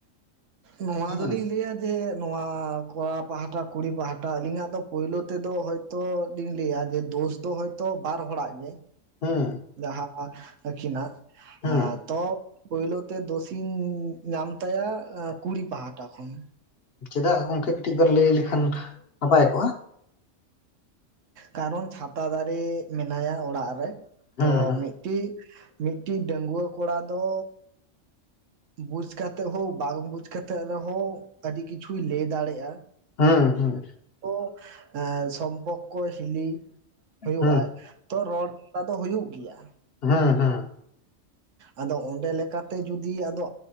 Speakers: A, on the right (about 75°); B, on the left (about 55°).
A: ᱱᱚᱣᱟ
B: ᱦᱩᱸ
A: ᱫᱚ ᱞᱤᱧ ᱞᱟᱹᱭᱟ ᱡᱮ ᱱᱚᱣᱟ ᱠᱚᱲᱟ ᱯᱟᱦᱟ ᱴᱟ ᱠᱩᱲᱤ ᱯᱟᱦᱟ ᱴᱟ ᱟᱹᱞᱤᱧ ᱟᱜ ᱫᱚ ᱯᱳᱭᱞᱳ ᱛᱮ ᱫᱚ ᱦᱚ ᱛᱚ <unintelligible> ᱞᱟᱹᱭᱟ ᱡᱮ ᱫᱳᱥ ᱫᱚ ᱦᱳᱭ ᱛᱚ ᱵᱟᱨ ᱦᱚᱲ ᱟᱜ ᱜᱮ
B: ᱦᱩᱸ
A: ᱡᱟᱦᱟᱸ ᱟᱹᱠᱤ ᱱᱟᱜ
B: ᱦᱩᱸ
A: ᱛᱚ ᱯᱳᱭᱞᱳ ᱛᱮ ᱫᱚᱥᱤᱧ ᱧᱟᱢ ᱛᱟᱭᱟ ᱠᱩᱲᱤ ᱯᱟᱦᱟ ᱴᱟ ᱠᱷᱚᱱ
B: ᱪᱮᱫᱟᱜ ᱜᱚᱝᱠᱮ ᱠᱟᱹᱴᱤᱡ ᱵᱮᱱ ᱞᱟᱹᱭ ᱞᱮ ᱠᱷᱟᱱ ᱱᱟᱯᱟᱭ ᱠᱚᱜᱼᱟ
A: ᱠᱟᱨᱚᱱ ᱪᱷᱟ ᱛᱟ ᱫᱟᱨᱮ ᱢᱮᱱᱟ ᱭᱟ ᱚᱲᱟᱜ ᱨᱮ
B: ᱦᱩᱸ
A: ᱛᱚ
B: ᱦᱩᱸ
A: ᱢᱤᱫ ᱴᱤ ᱢᱤᱫ ᱴᱤᱡ ᱰᱟᱝᱹᱜᱣᱟᱹ ᱠᱚᱲᱟ ᱫᱚ ᱵᱩᱡ ᱠᱟᱛᱮᱫ ᱦᱚᱸ ᱵᱟᱝ ᱵᱩᱡ ᱠᱟᱛᱮᱫ ᱨᱮ ᱦᱚᱸ ᱟᱹᱰᱤ ᱠᱤᱪᱷᱩᱭ ᱞᱟᱹᱭ ᱫᱟᱲᱮ ᱭᱟᱜᱼᱟ
B: ᱦᱮᱸ ᱦᱮᱸ
A: ᱛᱚ ᱥᱚᱢ ᱯᱚᱠᱠᱚ ᱦᱤᱞᱤ ᱦᱳᱭᱳᱜ
B: ᱦᱩᱸ
A: ᱟᱭ ᱛᱚ ᱨᱚᱲ ᱠᱚ ᱫᱚ ᱦᱩᱭᱩᱜ ᱜᱮᱭᱟ
B: ᱦᱮᱸ ᱦᱮᱸ
A: ᱟᱫᱚ ᱚᱸᱰᱮ ᱞᱮ ᱠᱟᱛᱮ ᱡᱩᱫᱤ ᱟᱫᱚ